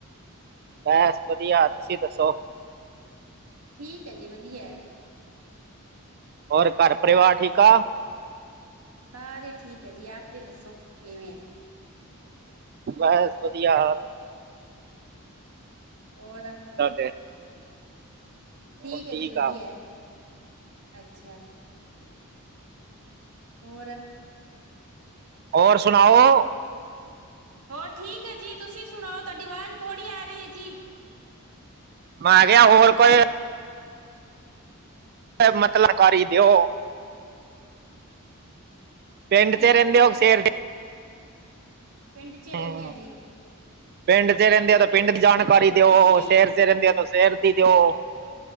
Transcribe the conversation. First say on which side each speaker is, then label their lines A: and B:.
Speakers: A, on the right; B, on the right.
A: ਬਸ ਵਧੀਆ ਤੁਸੀਂ ਦੱਸੋ?
B: ਠੀਕ ਐ ਜੀ ਵਧੀਆ ਐ।
A: ਹੋਰ ਘਰ-ਪਰਿਵਾਰ ਠੀਕ ਆ।
B: ਸਾਰੇ ਠੀਕ ਐ ਜੀ ਆਪ ਦੇ ਦੱਸੋ ਕਿਵੇਂ ਆ
A: ਬਸ ਵਧੀਆ
B: ਹੋਰ
A: ਸਾਡੇ- ਹੋਰ
B: ਠੀਕ ਏ ਜੀ ਵਧੀਆ,
A: ਆ
B: ਅੱਛਾ। ਹੋਰ
A: ਹੋਰ ਸੁਨਾਓ?
B: ਹੋਰ ਠੀਕ ਐ ਜੀ, ਤੁਸੀਂ ਸੁਨਾਓ। ਤੁਆਡੀ ਵਾਜ ਥੋੜੀ ਆ ਰੀ ਐ ਜੀ।
A: ਮੈਂ ਕੇਆ ਹੋਰ ਕੋਈ ਮਤਤਬ ਕਰ ਈ ਦਿਓ। ਪਿੰਡ
B: ਨਵੀਂ
A: ਚ
B: ਜਾਣਕਾਰੀ
A: ਰੈਂਦੇ ਓ ਸੇਰ ਤੇ
B: ਪਿੰਡ 'ਚ
A: ਹੂੰ,
B: ਰਹਿੰਦੇ ਆ ਜੀ
A: ਪੇਂਡ ਚ ਰੈਂਦੇ ਆ ਤਾਂ ਪੇਂਡ ਦੀ ਜਾਣਕਾਰੀ
B: ਹੋਰ
A: ਦਿਓ,
B: ਤੁਸੀਂ
A: ਸ਼ੈਰ ਚ ਰੈਂਦੇਓ ਤਾਂ ਸ਼ੈਰ ਦੀ ਦਿਓ।